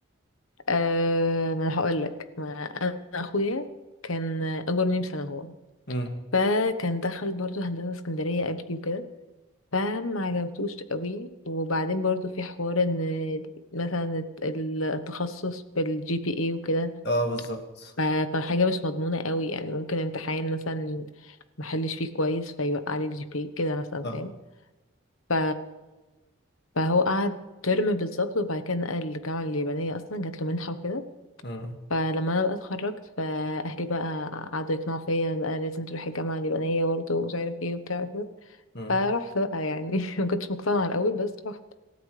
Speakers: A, on the left; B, on the left.
A: أه ما انا هقول لك ما انا اخويا كان اجرني بسنة هو
B: أمم.
A: فكان دخل برضه هندسة اسكندرية قبلي وكده فما عجبتوش قوي وبعدين برضه في حوار ان مثلا التخصص بالجي بي اي وكده
B: اه بالظبط
A: ف- فحاجة مش مضمونة قوي يعني ممكن امتحان مثلا محلش فيه كويس فيوقع لي الجي بي كده مثلا
B: صح.
A: فاهم ف... فهو قعد ترم بالظبط وبعد كده نقل الجامعة اليابانية أصلا جات له منحة وكده
B: أمم.
A: فلما أنا بقى اتخرجت فأهلي بقى قعدوا يقنعوا فيا بقى لازم تروحي الجامعة اليابانية برضه ومش عارف ايه وبتاع كده
B: أمم.
A: فرحت بقى يعني <laughs> مكنتش مقتنعة الأول بس رحت